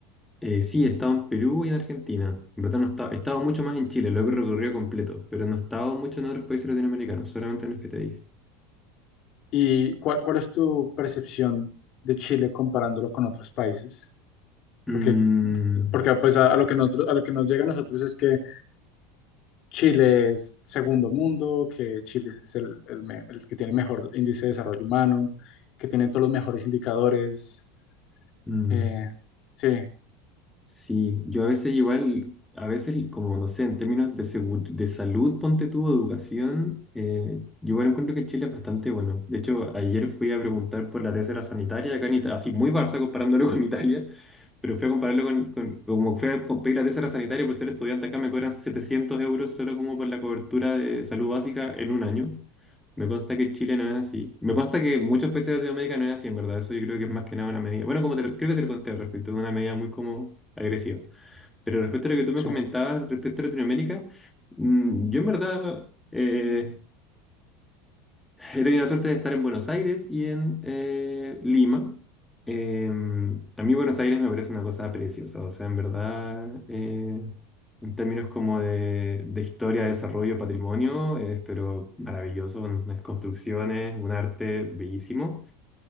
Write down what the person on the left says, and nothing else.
¿Y cuál, cuál es tu percepción de Chile comparándolo con otros países?
Porque, porque pues a, a lo que nosotros, a lo que nos llega a nosotros es que Chile es segundo mundo, que Chile es el, el me- el que tiene el mejor índice de desarrollo humano, que tiene todos los mejores indicadores.
Eh, sí,
sí,